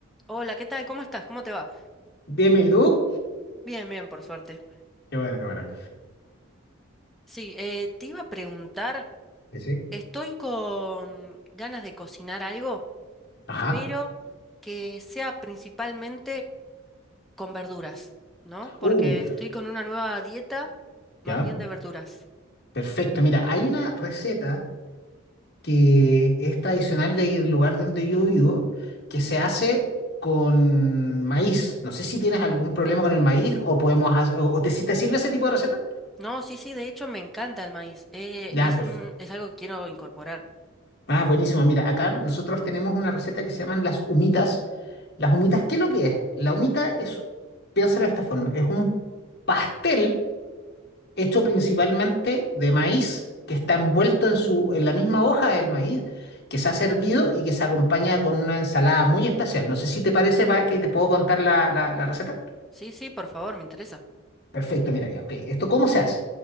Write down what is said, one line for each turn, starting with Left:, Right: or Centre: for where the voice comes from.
Centre: Hola, ¿qué tal? ¿Cómo estás? ¿Cómo te va?
Left: Bien, ¿y tú?
Centre: Bien, bien, por suerte.
Left: Qué bueno, qué bueno.
Centre: Sí, eh, te iba a preguntar,
Left: Sí, sí.
Centre: estoy con ganas de cocinar algo,
Left: Ajá.
Centre: pero que sea principalmente con verduras, ¿no? Porque
Left: Uf,
Centre: estoy con una nueva dieta más
Left: ya.
Centre: bien de verduras.
Left: Perfecto. Mira, hay una receta que es tradicional del lugar donde yo vivo que se hace con maíz. No sé si tienes algún problema
Centre: No,
Left: con el maíz o podemos hacer, o o te, si te sirve ese tipo de receta.
Centre: no, sí, sí, de hecho me encanta el maíz. eh,
Left: Ya,
Centre: es
Left: perfecto.
Centre: un, es algo que quiero incorporar.
Left: Ah, buenísimo. Mira, acá nosotros tenemos una receta que se llaman las humitas. Las humitas, ¿qué es lo que es? La humita es, piénsalo de esta forma, es un pastel. hecho principalmente de maíz, que está envuelto en su, en la misma hoja del maíz, que se ha servido y que se acompaña con una ensalada muy especial. No sé si te parece
Centre: Ah,
Left: para que te puedo contar la, la- la receta.
Centre: sí, sí, por favor, me interesa.
Left: Perfecto, mira ya, ok. ¿Esto cómo se hace?